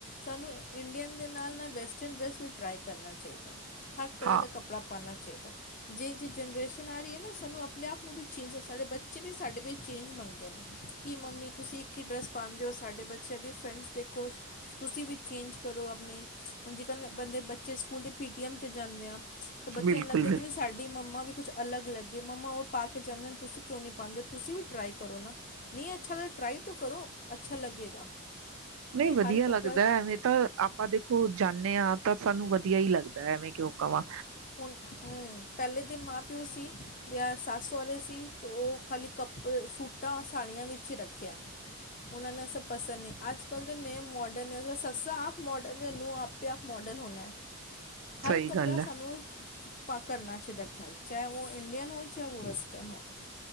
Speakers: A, on the left; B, on the right.
A: ਸਾਨੂੰ ਇੰਡੀਅਨ ਦੇ ਨਾਲ-ਨਾਲ ਵੈਸਟਰਨ ਡਰੈੱਸ ਵੀ ਟਰਾਈ ਕਰਨਾ ਚਾਈਦਾ। ਹਰ ਤਰ੍ਹਾ
B: ਹਾਂ
A: ਦਾ ਕੱਪੜਾ ਪਾਨਾ ਚਾਈਦਾ। ਜੇ ਜ ਜਨਰੇਸ਼ਨ ਆ ਰਈ ਏ। ਸਾਨੂੰ ਅਪਨੇ ਆਪ ਨੂੰ ਵੀ ਚੇਂਜ, ਸਾਡੇ ਬੱਚੇ ਵੀ ਸਾਡੇ ਵੀ ਚੇਂਜ ਮੰਗਦੇ ਨੇ ਕਿ ਮੰਮੀ ਤੁਸੀਂ ਇੱਕ ਹੀ ਡਰੈਸ ਪਾਂਦੇ ਓ ਸਾਡੇ ਬੱਚਿਆਂ ਦੀ ਫਰੈਂਡਸ ਦੇਖੋ, ਤੁਸੀਂ ਵੀ ਚੇਂਜ ਕਰੋ ਆਪਨੇ ਹੁਨ ਜੇਕਰ ਬੰਦੇ ਬੱਚੇ ਸਕੂਲ ਦੇ ਪੀ ਟੀ ਐੱਮ 'ਤੇ ਜਾਂਦੇ ਆ। ਤੇ ਬੱਚਿਆਂ
B: ਬਿਲਕੁਲ
A: ਨੂੰ ਲੱਗਦਾ ਕਿ ਨਹੀਂ ਸਾਡੀ ਮੰਮਾ ਵੀ ਕੁਛ ਅਲੱਗ ਲੱਗੇ ਮੰਮਾ ਓ ਪਾ ਕੇ ਜਾਂਾਹਦੇ ਤੁਸੀਂ ਕਿਉਂ ਨਹੀਂ ਪਾਂਦੇ ਤੁਸੀਂ ਵੀ ਟਰਾਈ ਕਰੋ ਨਾ, ਨਹੀਂ ਅੱਛਾੱ ਟਰਾਈ ਤੋਂ ਕਰੋ, ਅੱਛਾ ਲੱਗੇਗਾ।
B: ਨਈ
A: ਨਹੀਂ
B: ਵਦੀਆ
A: ਹਰ ਕੱਪੜਾ
B: ਲੱਗਦਾ, ਐਵੇ ਤਾਂ ਆਪਾਂ ਦੇਖੋ ਜਾਨੇ ਆ। ਤਾ ਸਾਨੂੰ ਵਦੀਆ ਈ ਲੱਗਦਾ ਐਵੇਂ ਕਿਓ ਕਵਾਂ।
A: ਹੁਨ, ਹੂੰ ਪਹਿਲੇ ਦੇ ਮਾਂ-ਪਿਓ ਸੀ ਯਾਂ ਸੱਸ ਸੋਰੇ ਸੀ ਤੋਂ ਖਾਲੀ ਕੱਪੜੇ ਸੂਟਾਂ, ਸਾੜੀਆਂ ਵਿੱਚ ਹੀ ਰੱਖਿਆ, ਉਨਾ ਨੂੰ ਏ ਸਬ ਪਸੰਦ ਨਈ, ਅੱਜ-ਕੱਲ ਦੇ ਨੇ ਮੋਡਨ ਨੇ ਸੱਸਾਂ ਆਪ ਮੋਡਨ ਨੇ ਨੂੰ ਆਪੇ ਆਪ ਮੋਡਨ ਹੋਨਾ। ਹਰ
B: ਸਹੀ
A: ਕੱਪੜਾ
B: ਗੱਲ
A: ਸਾਨੂੰ
B: ਹੈ
A: ਕਰਨਾ ਚਾਹੀਦਾ ਟਰਾਈ, ਚਾਏ ਓ ਇੰਡੀਅਨ ਹੋ ਚਾਹੇ ਓ ਵੈਸਟਰਨ ਹੋ।